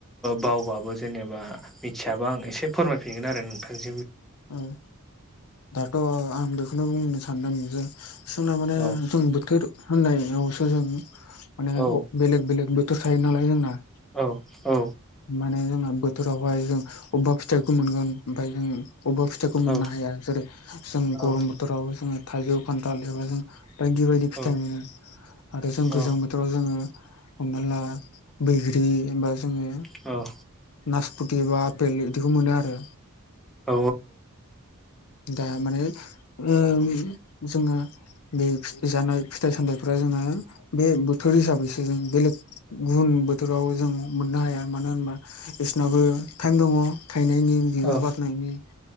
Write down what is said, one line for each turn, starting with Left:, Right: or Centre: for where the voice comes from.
Centre: बावबाबो जेनेबा मिथियाबा आ आं एसे फोरमायफिनगोन आरो नोंथांज
Left: उं दाथ' आं बेखौनो बुंनो सानदों जे जोंना माने
Centre: औ
Left: जों बोथोर होननायावसो जों माने
Centre: औ
Left: बेलेग बेलेगो होखायो नालाय जोंना
Centre: औ औ
Left: माने जोंहा बोथोरावहाय जों अबेबा फिथाइखौ मोनगोन ओमफफ्राय जों बबेबा फिथाइखौ मोननो
Centre: औ
Left: हाया जेरै जों
Centre: औ
Left: गरम बोथोराव जोंङो थाइजौ खान्थाल एबा जों बायदि बायदि
Centre: औ
Left: फिथाइ मोनो आरो जों
Centre: औ
Left: गोजां बोथोराव जोंङो हमना ला बैग्रि ओमबा जोंङो
Centre: औ
Left: नासपति बा आपेल इदिखौ मोनो आरो
Centre: औ
Left: दा माने ओम जोंङो बे जानाय फिथाइ सामथाइफ फोरा जोंङहा बे बोथोर हिसाबैसो जों बेलेग गुबुन बोथोराव जों मोननो हाया मानो होनबा बिसनाबो टाइम दंङ थायनायनि बिबार
Centre: औ
Left: बारनायनि